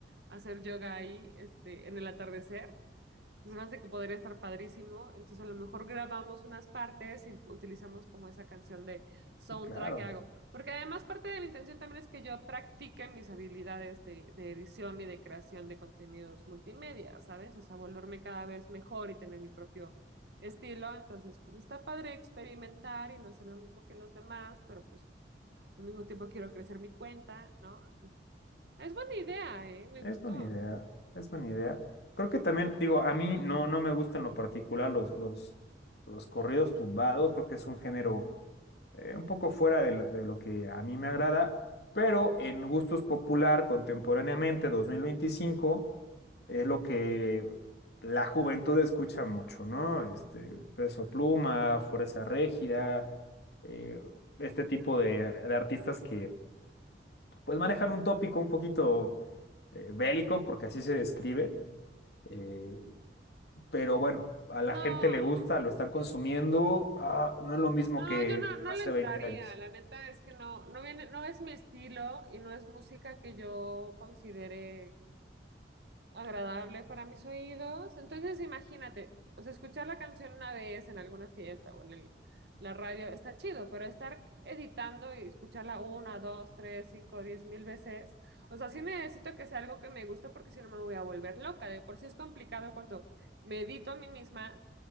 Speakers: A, on the right; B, on the left.
A: hacer yoga ahí, este, en el atardecer, que se me hace que podría estar padrísimo. Entonces a lo mejor grabamos unas partes y utilizamos como esa canción de soundtrack
B: Sí, claro.
A: que hago. Porque además parte de la intención también es que yo practique mis habilidades de, de edición y de creación de contenidos multimedia, ¿sabes? O sea, volverme cada vez mejor y tener mi propio estilo. Entonces, pues está padre experimentar y no hacer lo mismo que los demás, pero pues al mismo tiempo quiero crecer mi cuenta, ¿no? Entonces, es buena idea, ¿eh? Me
B: Es
A: gustó.
B: buena idea, es buena idea. Creo que también, digo, a mí no, no me gustan en lo particular los, los, los corridos tumbados, creo que es un género eh, un poco fuera de lo, de lo que a mí me agrada, pero en gustos popular contemporáneamente 2025 es lo que la juventud escucha mucho, ¿no? Este, Peso Pluma, Fuerza Régida, eh, este tipo de, de artistas que pues manejan un tópico un poquito eh, bélico, porque así se describe, eh, pero bueno, a
A: No,
B: la gente le gusta, lo están consumiendo, ah, no es lo mismo
A: no,
B: que
A: yo no, no
B: hace
A: le entraría.
B: 20 años.
A: La neta es que no, no viene, no es mi estilo y no es música que yo considere agradable para mis oídos. Entonces, imagínate, o sea, escuchar la canción una vez en alguna fiesta o en el, la radio está chido, pero estar editando y escucharla una, dos, tres, cinco, diez mil veces, o sea, sí necesito que sea algo que me guste porque si no me voy a volver loca. De por sí es complicado cuando me edito a mí misma